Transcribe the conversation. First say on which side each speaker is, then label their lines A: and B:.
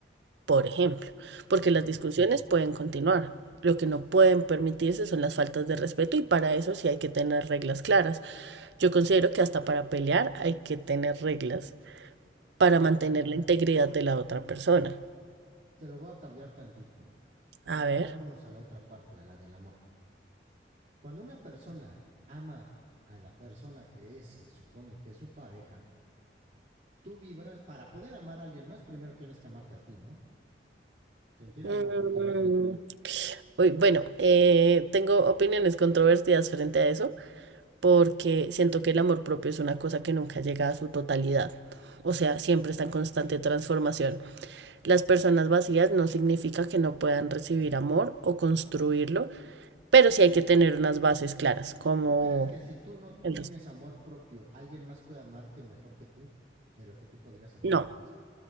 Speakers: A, on the right; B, on the right.
A: por ejemplo, porque
B: ujú.
A: las discusiones pueden continuar. Lo que no pueden permitirse son las faltas de respeto y para eso sí hay que tener reglas claras. Yo considero que hasta para pelear hay que tener reglas para
B: Te
A: mantener
B: lo,
A: la integridad de la otra persona.
B: te lo voy a cambiar tantito.
A: A
B: Y ahora
A: ver.
B: vámonos a la otra parte, a la del amor. Cuando una persona ama a la persona que es, se supone que es su pareja, tú vibras para poder amar a alguien más, primero tienes que amarte a ti, ¿no? Sentir
A: mm,
B: amor por ti mismo.
A: uy, bueno, eh, tengo opiniones controvertidas frente a eso porque siento que el amor propio es una cosa que nunca llega a su totalidad. O sea, siempre está en constante transformación. Las personas vacías no significa que no puedan recibir amor o construirlo, pero sí hay que tener unas bases claras, como
B: ¿Tú crees que si tú no tienes
A: el respeto.
B: amor propio, alguien más puede amarte mejor que tú, de lo que tú podrías amarte
A: No.
B: a ti mismo?